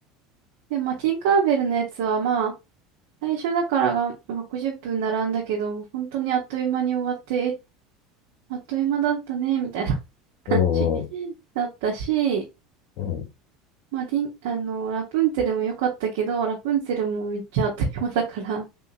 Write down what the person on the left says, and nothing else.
んうん
うん